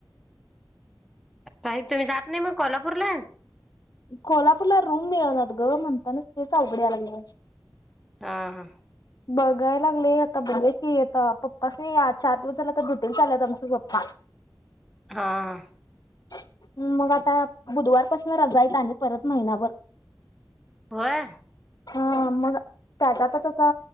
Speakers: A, in the centre; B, on the left.
A: ताई तुम्ही जात नाही मग कोल्हापूरला?
B: कोल्हापूरला रूम मिळनात गं, म्हणताना तेच अवघडला यायला लागलय आज.
A: हा हा.
B: बघायला लागले आता बघ <unintelligible> की आता पप्पासनी चार दिवस झाला तर ड्युटीवर चालेत आमचे पप्पा.
A: हां.
B: हम्म मग आता बुधवारपासनं रजा आहेत आणि परत महिनाभर
A: होय?
B: हां मग त्याचा आता त चा